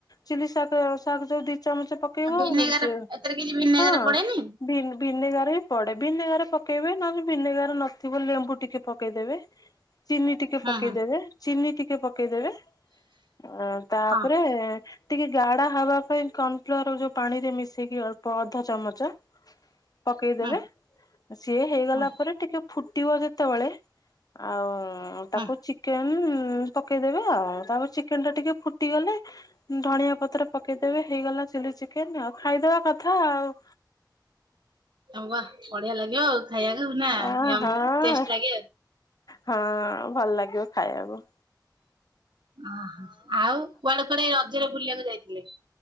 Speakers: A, on the left (about 55°); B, on the right (about 80°).
A: ଚିଲି ଶାକ ଶାକ ଯୋଉ ଦି ଚାମଚେ ପ କେଇବ
B: ଭିନେଗାର
A: ରୁ ଯେଇବ
B: ଏଥିରେ କିଛି ଭିନେଗାର
A: ହଁ
B: ପଡେନି
A: ଭିନ ଭିନେଗାରେ ବି ପଡ଼େ ଭିନେଗାର ପକେଇବେ ନହେଲେ ଭିନେଗାର ନଥିବ ଲେମ୍ବୁ ଟିକେ ପକେଇଦେବେ। ଚିନି ଟିକେ ପକେଇଦେବେ
B: ହଁ ହଁ
A: ଚିନି ଟିକେ ପକେଇଦେବେ ଅଁ ତାପରେ
B: ହଁ
A: ଠିକ ହେଇଚି। ଗାଢ଼ା ହବା ପାଇଁ କର୍ଣ୍ଣଫ୍ଲୋର ଯୋଉ ପାଣିରେ ମିଶେଇକି ଅଳ୍ପ ଅଧ ଚାମଚ ପକେଇଦେବେ
B: ହଁ
A: ସିଏ ହେଇଗଲା
B: ହଁ
A: ପରେ ଟିକେ ଫୁଟିବ ଯେତବଳେ ଆଉଁ ତାକୁ
B: ହଁ
A: ଚିକେନ ଉଁ ଉଁ ପକେଇଦେବେ ଆଉ ତାପରେ ଚିକେନଟା ଟିକେ ଫୁଟିଗଲେ ଧଣିଆ ପତ୍ର ପକେଇଦେବେ ହେଇଗଲା ଚିଲି ଚିକେନ୍ ଆଉ ଖାଇଦବା କଥା ଆଉ।
B: ଆ ବାଃ ବଢିଆ ଲାଗିବ ଆଉ ଖାଇବାକୁ ନା
A: ଆ
B: ୟମ୍
A: ହଁ
B: ଟେଷ୍ଟ ଲାଗିବ।
A: ହଁ ଭଲ ଲାଗିବ ଖାଇବାକୁ।
B: ଓହୋ ଆଉ କୁଆଡେ କୁଆଡେ ରଜରେ ବୁଲିବାକୁ ଯାଇଥିଲେ?